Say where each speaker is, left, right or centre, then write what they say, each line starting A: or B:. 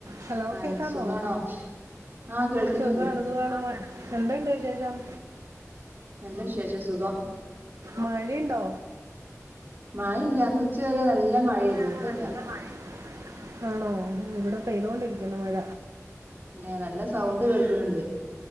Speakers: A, on the right (about 75°); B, on the right (about 40°).
A: Hello
B: hi
A: കേക്കാമോ?
B: സുഖാണോ ആഹ് കേൾക്കുന്നുണ്ട്
A: സുഖാണ് സുഖാണ് ന്ന എന്തോണ്ട് വിശേഷം?
B: നല്ലവിശേഷം സുഖം.
A: മഴിണ്ടോ?
B: മയല്ല അന്ന് ഉച്ച വരെ നല്ല മഴെയ്ര്ന്നു
A: ഒരു
B: ഇപ്പല്ല.
A: നല്ല മഴയുണ്ട് ആണോ ഇവടെ പെയ്തോണ്ടിരിക്കുന്നു മഴ.
B: ല്ലെ നല്ല സൗണ്ട് കേൾക്ക്ണ് ണ്ട്.